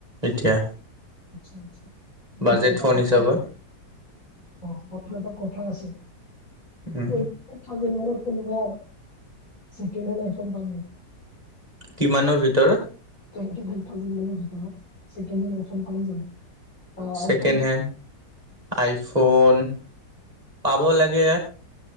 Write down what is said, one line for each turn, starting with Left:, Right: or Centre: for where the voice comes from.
Right: এতিয়া।
Left: আচ্ছা, আচ্ছা, <unintelligible>
Right: বাজেট
Left: এটা
Right: ফোন
Left: কথা
Right: হিচাপত
Left: অ, <unintelligible> এটা কথা আছে,
Right: উম,
Left: এই থাউজেণ্ড কোনোবা ছেকেণ্ড হেন আইফন পাম নাই?
Right: কিমানৰ ভিতৰত?
Left: টুৱেন্টি ফাইভ থাউজেণ্ড মানৰ ভিতৰত, ছেকেণ্ড হেন আই ফোন পাম জানো? অ
Right: ছেকেণ্ড
Left: আইফোন
Right: হেণ্ড আইফোন, পাব লাগে।